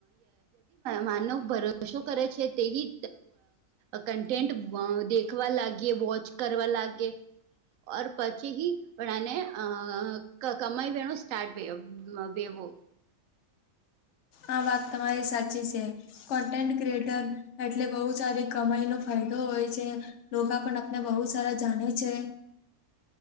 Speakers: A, on the right; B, on the left.
A: માનવ ભરોસો કરે છે તેથી. કન્ટેન્ટ દેખવા લાગીએ વોચ કરવા લાગી એ. ઓર પછી હ પણને અ કમાઈ વેણું સ્ટાર્ટ વવો.
B: આ વાત તમારી સાચી છે. કોન્ટેન્ટ ક્રએટર એટલે બહુ સારી કમાઈ નો ફાયદો હોય છે. લોકોકા પણ આપને બહુ સારા જાણે છે.